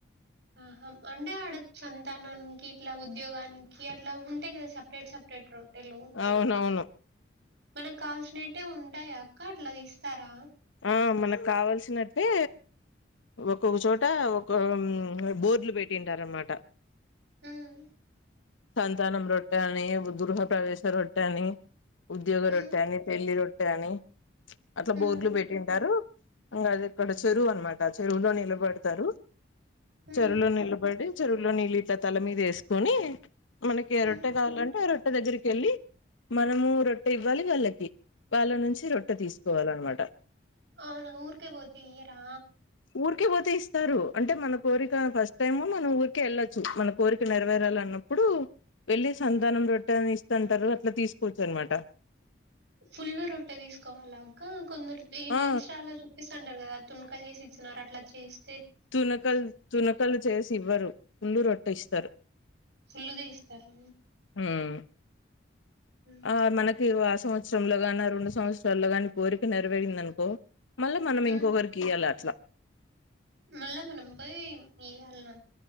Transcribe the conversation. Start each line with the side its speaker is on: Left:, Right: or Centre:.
Right: ఆహా అంటే ఆడ సంతానానికి ఇట్లా ఉద్యోగానికి అట్లా ఉంటాయి కదా స రేట్ సపరేట్ రొట్టెలు
Left: అవునవును
Right: మనకు కాల్సినట్టే ఉంటాయా అక్క అట్ల తీస్తారా
Left: ఆ మనకు కావాల్సినట్టే ఒక్కొక్క చోట ఒక బోర్డ్లు పెట్టింటారు అనమాట
Right: మ్మ్
Left: సంతానం రొట్టె అని గృహ ప్ర్రవేశ రొట్టె అని ఉద్యోగ
Right: హ్మ్.
Left: రొట్టె అని పెళ్లి రొట్టె అని అట్ల
Right: హ్మ్.
Left: బోర్లు పెట్టి టారు ఇంగ అది ఇక్కడ చెరువు అనమాట చెరువులో నిలబడతారు
Right: హ్మ్.
Left: చెరువులో నిలబడి చెరువులో నీళ్ళ ఇట్ తల మీద వేసుకొని మనకి
Right: హ్మ్.
Left: రొట్టె కావాలంటే ఆ రొట్టె దగ్గరికి వెళ్ళి మనము రొట్టె ఇవ్వాలి వాళ్ళకి వాళ్ళ నుంచి రొట్టె తీసుకోవాల అన్నమాట
Right: అవునా ఊరుకే పోతే ఈయరా
Left: ఊరికే పోతే ఇస్తారు అంటే మన కోరిక ఫస్ట్ టైమ్ మనం ఊరికే వెళ్ళొచ్చు మన కోరిక నెరవేరాల అన్న ప్పుడు వెళ్ళి సంతానం రొట్టె అని ఇస్తుంటారు అట్లా తీసుకోవచ్చు అనమాట
Right: ఫుల్లు రొట్టె తీసుకోవాలా అక్క కొందరు ఈ
Left: ఆ
Right: ఇన్స్టాలో చ పిస్తుంటారు కదా తునకలు చేసి ఇచ్చినారు అట్లా చేసి
Left: తునకలు తునకలు చేసి ఇవ్వరు పుల్లు రొట్టె ఇస్తారు
Right: ఫుల్లుగా ఇస్తారు
Left: మ్మ్
Right: హ్మ్.
Left: ఆ మనకి ఆ సంవత్సరంలో గాన రెండు సంవత్సరాల్లో నీ కోరిక నెరవేరింది అనుకో మళ్ళా మనం
Right: హ్మ్.
Left: ఇంకోకరికి ఇయ్యాల అట్లా
Right: మళ్ళ మనం పోయి ఈయల్న